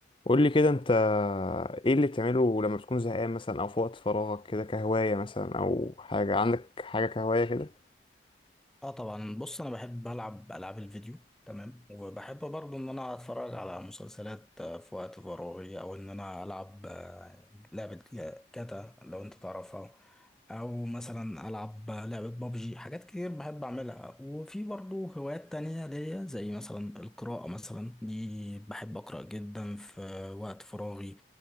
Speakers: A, on the left; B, in the centre.
A: قول لي كده انت ايه اللي بتعمله لما بتكون زهقان مثلا او في وقت فراغك كده كهواية مثلا او حاجة عندك حاجة كهواية كده
B: اه طبعا بص انا بحب العب العاب الفيديو تمام وبحب برضو ان انا اتفرج على مسلسلات آه، في وقت فراغي او ان انا العب آه، لعبة آه، كاتا لو انت تعرفها او مثلا العب آه، لعبة بابجي حاجات كتير بحب اعملها وفي برضو هوايات تانية ليا زي مثلا القراءة مثلا دي بحب اقرأ جدا في وقت فراغي